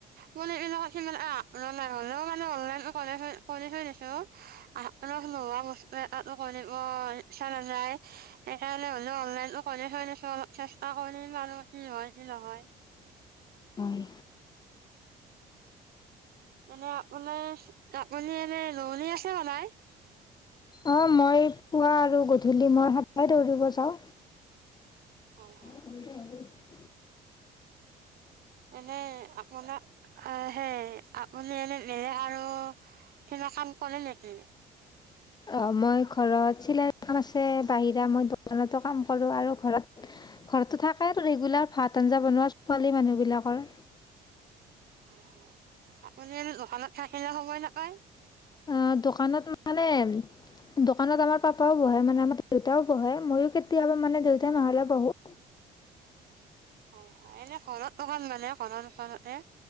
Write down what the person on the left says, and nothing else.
হয়।
অ', মই পুৱা আৰু গধূলি মই সদায় দৌৰিব যাওঁ।
<unintelligible>
অ, মই ঘৰত চিলাই কাম আছে, বাহিৰা মই দোকানতো কাম কৰোঁ, আৰু ঘৰত ঘৰততো থাকে আৰু ৰেগুলাৰ ভাত-আঞ্জা বনোৱা ছোৱালী মানুহবিলাকৰ।
অ, দোকানত মানে দোকানত আমাৰ পাপাও বহে, মানে আমাৰ দেউতাও বহে, মইও কেতিয়াবা মানে দেউতা নহ'লে বহো।